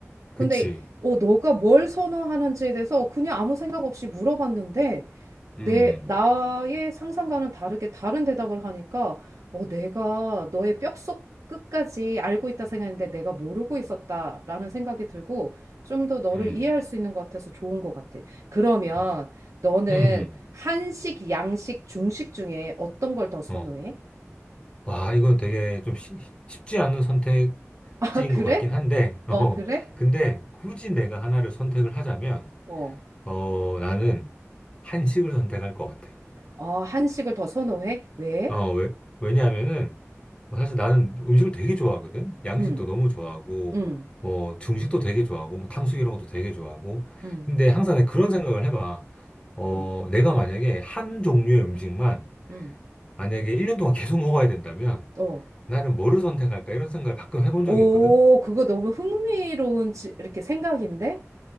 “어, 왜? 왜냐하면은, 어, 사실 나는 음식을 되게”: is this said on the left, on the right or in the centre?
Left